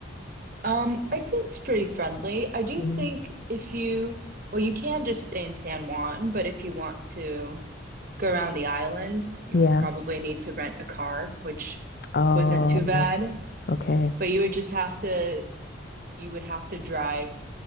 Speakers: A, on the right; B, on the left.
A: Um, I think it's pretty friendly. I do
B: Mm.
A: think if you, well, you can just stay in San Juan, but if you want to go around the island, you'll
B: Yeah.
A: probably need to rent a car, which
B: Um,
A: wasn't too bad.
B: okay.
A: But you would just have to, you would have to drive